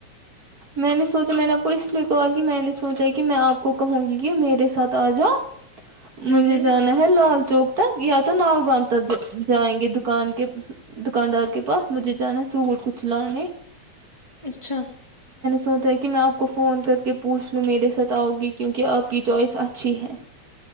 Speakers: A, on the right; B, on the left.
A: میں نے سوچا میں نے آپ کو اس لیے کہا کہ میں نے سوچا کہ میں آپ کو کہوں گی کہ میرے ساتھ آ جاؤ
B: ہوں
A: مجھے
B: ہوں
A: جانا ہے لال چوک ت یا تو ناؤ گام تک جائیں گے دکان کے دکاندار کے پاس مجھے جانا ہے سوٹ کچھ لانے
B: اچھا
A: سوتا ہے کہ میں آپ کو فون کر کے پوچھ لوں میرے ساتھ آؤں گی کیونکہ آپ کی چوائس اچھی ہے